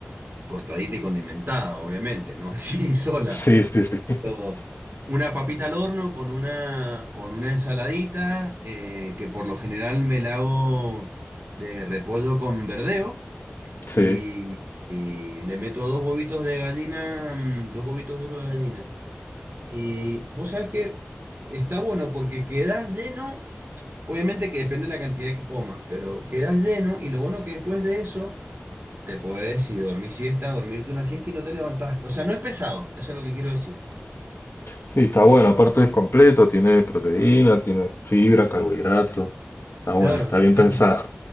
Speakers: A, on the right; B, on the left.
A: cortadita y condimentada, obviamente, no <laughs> así sola,
B: Sí, sí, sí. <laughs>
A: todo. Una papita al horno con una, con una ensaladita, eh, que por lo general me la hago de repollo con verdeo
B: Sí,
A: y, y le meto dos huevitos de gallina, mm, dos huevitos duros de gallina. Y vos sabés que está bueno porque quedás lleno, obviamente que depende de la cantidad que comas, pero quedás lleno y lo bueno que después de eso te podés ir dormir siesta, dormirte una siesta y no te levantás. O sea, no es pesado, eso es lo que quiero decir.
B: sí, está bueno. Aparte es completo, tiene proteína, tiene fibra, carbohidrato. Está
A: Claro,
B: bueno, está bien
A: claro.
B: pensado.